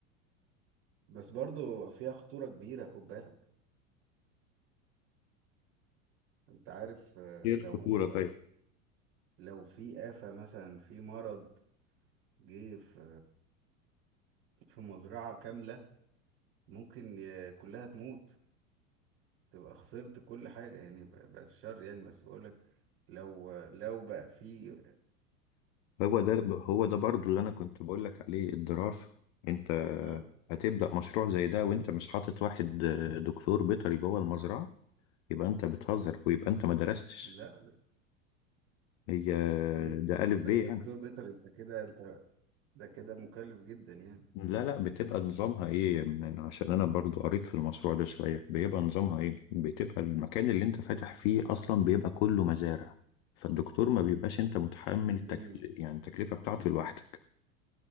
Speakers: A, on the right (about 65°); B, on the left (about 60°).
A: بس برضو فيها خطورة كبيرة خد بالك انت عارف آه،
B: ايه
A: لو
B: الخطورة
A: لو
B: طيب
A: لو في آفة مثلا في مرض جه في في مزرعة كاملة ممكن ي... كلها تموت تبقى خسرت كل حاجة يعني ب- بعد الشر يعني بس بقولك لو لو بقى في
B: هو ده هو ده برضو اللي انا كنت بقول لك عليه الدراسة انت
A: أه
B: هتبدأ مشروع زي ده وانت مش حاطط واحد آه، دكتور بيطري جوه المزرعة يبقى انت بتهزر ويبقى انت ما درستش
A: لا لا
B: هي آه،
A: مم.
B: ده ألف ب
A: بس
B: يعني
A: دكتور بيتر انت كده انت ده كده مكلف جدا يعني
B: لا لا بتبقى نظامها ايه من عشان انا برضو قريت في المشروع ده شوية بيبقى نظامها ايه بتبقى المكان اللي انت فاتح فيه اصلا بيبقى كله مزارع فالدكتور ما بيبقاش انت متحمل تكل...
A: مم.
B: يعني التكلفة بتاعته لوحدك